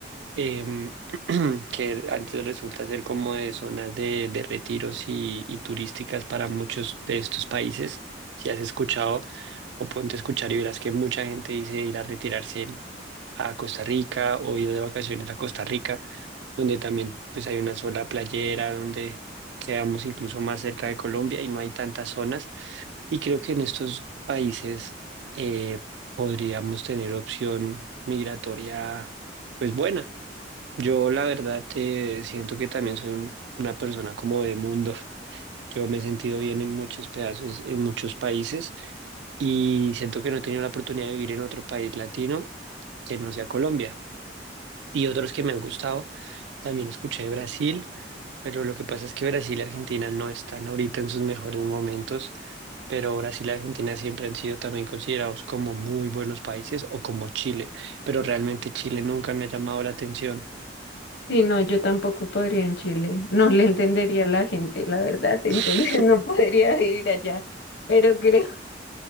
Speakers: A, on the right; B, on the left.
A: em, <clears throat> que antes resulta ser como de zonas de, de retiros y, y turísticas para muchos de estos países. Si has escuchado o ponte a escuchar y verás que mucha gente dice ir a retirarse a Costa Rica o ir de vacaciones a Costa Rica, donde también pues hay una sola playera, donde quedamos incluso más cerca de Colombia y no hay tantas zonas. Y creo que en estos países eh, podríamos tener opción migratoria pues buena. Yo la verdad eh, siento que también soy un- una persona como de mundo. Yo me he sentido bien en muchos pedazos, en muchos países y siento que no he tenido la oportunidad de vivir en otro país latino que no sea Colombia. Y otros que me han gustado, también escuché de Brasil, pero lo que pasa es que Brasil y Argentina no están ahorita en sus mejores momentos, pero Brasil y Argentina siempre han sido también considerados como muy buenos países o como Chile, pero realmente Chile nunca me ha llamado la atención.
B: Y no, yo tampoco podría en Chile. No le entendería a la gente, la verdad, entonces
A: <laughs>
B: <laughs> no podría vivir allá. Pero creo,